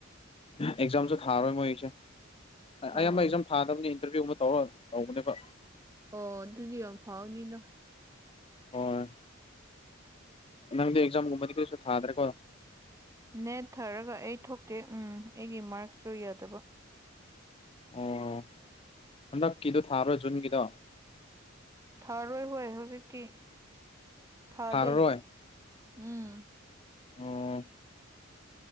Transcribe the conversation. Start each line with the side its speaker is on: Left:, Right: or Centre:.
Left: ꯑꯦꯛꯖꯥꯝꯁꯨ ꯊꯥꯔꯣꯏ ꯃꯣꯏꯁꯦ
Right: ꯑꯥ
Left: ꯑꯌꯥꯝꯕ ꯑꯦꯛꯖꯥꯝ ꯊꯥꯗꯕꯅꯤ ꯏꯟꯇꯔꯚꯤꯌꯨ ꯑꯃ ꯇꯧꯔ ꯇꯧꯕꯅꯦꯕ
Right: ꯑꯣ ꯑꯗꯨꯗꯤ ꯌꯥꯝ ꯐꯥꯎꯅꯤꯅ
Left: ꯍꯣꯏ ꯅꯪꯗꯤ ꯑꯦꯛꯖꯥꯝꯒꯨꯝꯕꯗꯤ ꯀꯩꯁꯨ ꯊꯥꯗ꯭ꯔꯦꯀꯣ
Right: ꯅꯦꯠ ꯊꯥꯔꯒ ꯑꯩ ꯊꯣꯛꯇꯦ ꯎꯝ ꯑꯩꯒꯤ ꯃꯥꯔꯛꯁꯁꯨ ꯌꯥꯗꯕ
Left: ꯑꯣ ꯍꯟꯗꯛꯀꯤꯗꯣ ꯊꯥꯔꯣꯏ ꯖꯨꯟꯒꯤꯗꯣ
Right: ꯊꯥꯔꯣꯏ ꯍꯣꯏ ꯍꯧꯖꯤꯛꯇꯤ ꯊꯥꯗꯦ
Left: ꯊꯥꯔꯔꯣꯏ
Right: ꯎꯝ
Left: ꯑꯣ